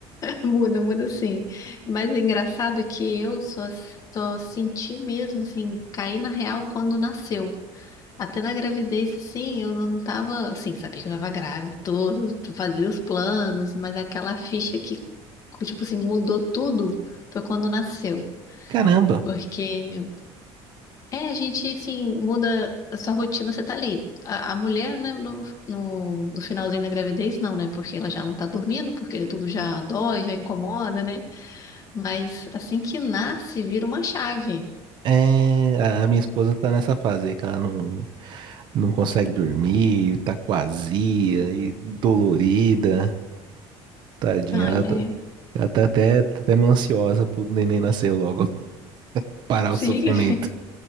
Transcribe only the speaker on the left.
Muda, muda sim. Mas é engraçado é que eu só, só senti mesmo, assim, cair na real quando nasceu. Até na gravidez, assim, eu não tava, assim, sabia que eu tava grávida, todo, fazia os planos, mas aquela ficha que, tipo assim, mudou tudo foi quando nasceu.
Porque, é, a gente, assim, muda a sua rotina, você tá ali. A, a mulher, né, no, no, no finalzinho da gravidez, não, né? Porque ela já não tá dormindo, porque tudo já dói, já incomoda, né? Mas assim que nasce, vira uma chave.
Ai,
é.
Sim,